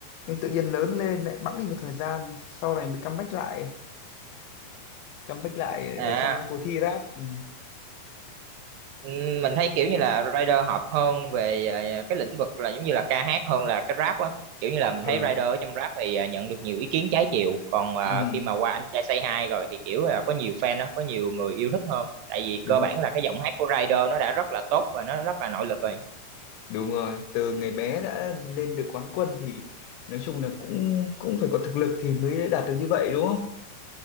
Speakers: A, on the left; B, on the right.
A: nhưng tự nhiên lớn lên lại bẵng đi một thời gian sau này mới comeback lại comeback lại
B: À
A: ở trong các cuộc thi rap ừ
B: Ừm, mình thấy kiểu như là rider hợp hơn về à, cái lĩnh vực là giống như là ca hát hơn là cái rap á kiểu như là mình
A: ừ,
B: thấy rider ở trong rap thì à, nhận được nhiều ý kiến trái chiều còn à,
A: ừ.
B: khi mà qua anh trai Say Hi rồi thì kiểu là có nhiều fan á có nhiều người yêu thích hơn tại vì
A: đúng
B: cơ bản là cái giọng hát của rider nó đã rất là tốt và nó rất là nội lực rồi
A: Đúng rồi, từ ngày bé đã lên được quán quân thì nói chung là cũng cũng phải có thực lực thì mới đạt được như vậy đúng không?